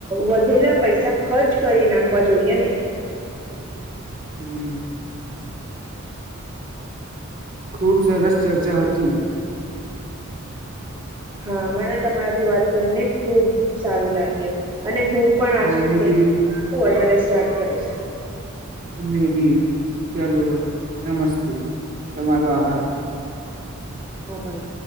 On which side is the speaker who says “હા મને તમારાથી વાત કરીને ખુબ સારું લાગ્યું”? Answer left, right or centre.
Right